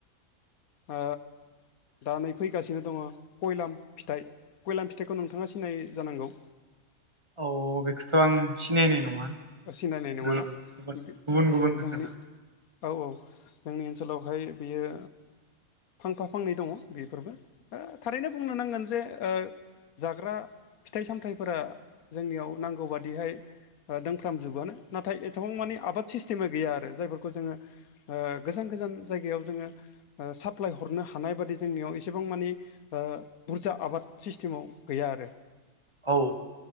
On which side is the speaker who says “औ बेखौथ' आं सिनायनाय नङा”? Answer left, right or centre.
Right